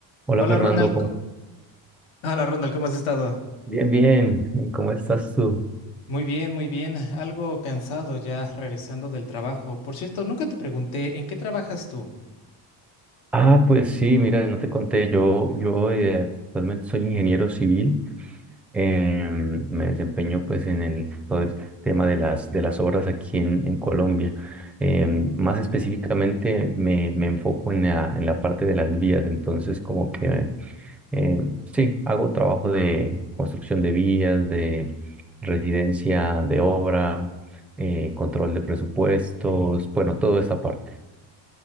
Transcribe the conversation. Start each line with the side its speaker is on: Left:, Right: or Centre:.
Centre: Hola
Left: Hola
Centre: Fernando,
Left: Ronald,
Centre: ¿cómo-
Left: co- hola Ronald, ¿cómo has estado?
Centre: Bien, bien, ¿y ¿cómo estás tú?
Left: Muy bien, muy bien. Algo cansado ya regresando del trabajo. Por cierto, nunca te pregunté, ¿en qué trabajas tú?
Centre: Ah, pues sí, mira, no te conté, yo, yo eh, actualmente soy ingeniero civil, Eh, me desempeño pues en el, todo el tema de las, de las obras aquí en, en Colombia. Eh, más específicamente me, me enfoco en la, en la parte de las vías, entonces como que eh, sí, hago trabajo de construcción de vías, de residencia de obra, eh, control de presupuestos, bueno, toda esta parte.